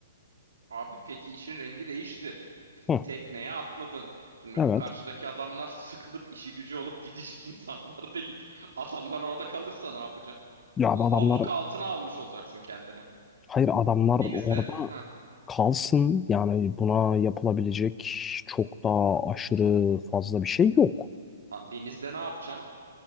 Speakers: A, on the right; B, on the left.
A: Abi peki işin rengi değişti.
B: Hı,
A: Tekneye atladın. Şimdi
B: evet.
A: bu karşıdaki adamlar sıkılıp işi gücü olup gidecek <laughs> insanlar değil. Adamlar orada kalırsa ne yapacaksın?
B: Ya abi
A: Y-
B: adamlar
A: Abluka altına almış olacaksın kendini.
B: hayır adamlar
A: Denizde,
B: orada
A: ha
B: kalsın. Yani buna yapılabilecek çok daha aşırı fazla bir şey yok.
A: tamam denizde ne yapacaksın?